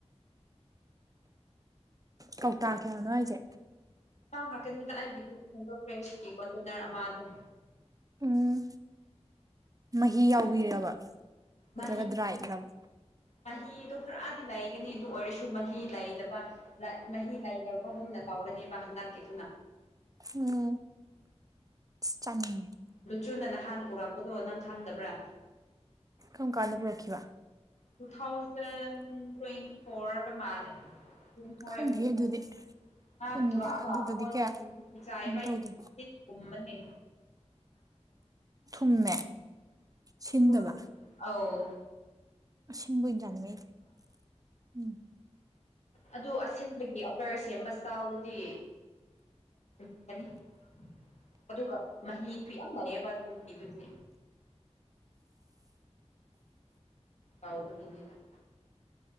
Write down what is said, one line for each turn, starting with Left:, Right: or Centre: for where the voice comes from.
Right: ꯀꯧꯇꯥꯥ ꯀꯌꯥꯅꯣ ꯍꯥꯏꯁꯦ
Left: ꯃꯥꯡꯈ꯭ꯔꯥ ꯀꯅꯤꯗ ꯑꯩꯒꯤꯗꯤ ꯁꯦꯟꯇꯔꯐ꯭ꯔꯦꯁ ꯀꯤ ꯀꯣꯟꯇꯦꯅꯔ ꯑꯃꯗꯣ
Right: ꯎꯝ ꯃꯍꯤ ꯌꯥꯎꯕꯤꯔꯕ ꯅꯠꯇ꯭ꯔꯒ
Left: ꯃꯍꯤ
Right: ꯗ꯭ꯔꯥꯏꯔꯕ
Left: ꯃꯍꯤꯗꯨ ꯈꯔꯗꯤ ꯂꯩꯒꯅꯤ ꯑꯗꯨ ꯑꯣꯏꯔꯁꯨ ꯃꯍꯤ ꯂꯩꯗꯕ ꯂꯥꯏꯠ ꯃꯍꯤ ꯂꯩꯥꯏꯇꯕꯒꯨꯝꯅ ꯇꯧꯔꯅꯤꯕ ꯍꯟꯗꯛꯀꯤꯗꯨꯅ
Right: ꯍꯨꯝ ꯆꯥꯅꯤꯡꯉꯦ
Left: ꯂꯨꯆꯨꯅ ꯅꯍꯥꯟ ꯄꯨꯔꯛꯄꯗꯣ ꯅꯪ ꯈꯪꯗꯕ꯭ꯔꯥ
Right: ꯀꯝꯀꯥꯟꯗ ꯄꯨꯔꯛꯈꯤꯕ
Left: ꯇꯨ ꯊꯥꯎꯖꯟ ꯇ꯭ꯋꯦꯟꯇꯤ ꯐꯣꯔ ꯃꯥꯅꯦ <unintelligible>
Right: ꯈꯪꯗꯦ ꯑꯗꯨꯗꯤ
Left: ꯉꯥ
Right: ꯄꯨꯟ
Left: ꯄꯨꯔꯛꯑꯒ
Right: ꯑꯗꯨꯗꯗꯤ
Left: ꯑꯈꯣꯏꯒ
Right: ꯀꯌꯥ
Left: ꯈꯤꯛ ꯈꯤꯖꯤꯛ ꯆꯥꯏꯕꯩ
Right: ꯀꯩꯅꯣ ꯇꯧꯗ꯭ꯔꯤ
Left: ꯍꯤꯠ ꯀꯨꯝꯕꯅꯦ
Right: ꯊꯨꯝꯃꯦ ꯁꯤꯟꯗꯕ
Left: ꯎꯝ ꯑ <inaudible> <unintelligible> ꯎ <unintelligible>
Right: ꯑꯁꯤꯡꯕ ꯑꯣꯏꯅ ꯆꯥꯅꯤꯡꯉꯦ ꯎꯝ
Left: ꯑꯗꯨ ꯑꯁꯤꯠꯂꯒꯤ ꯑꯀꯔ ꯁꯦꯝꯕ ꯏꯁꯇꯥꯜꯗꯨꯗꯤ <unintelligible> ꯑꯗꯨꯒ ꯃꯍꯤꯁꯨ ꯌꯥꯝ ꯂꯩꯌꯦꯕ ꯑꯗꯨꯒꯤ ꯗꯨꯗꯤ ꯍꯥꯎꯕꯒꯤꯅꯤꯗ